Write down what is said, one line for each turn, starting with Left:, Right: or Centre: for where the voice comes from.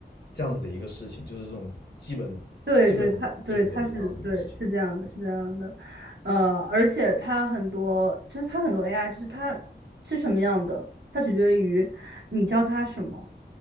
Left: 这样子的一个事情，就是这种基本基本准则的这样子一个事情。
Right: 对对，他对他是对是这样的，是这样的，呃，而且它很多就是它很多 AI，就是它是什么样的，它取决于你教它什么。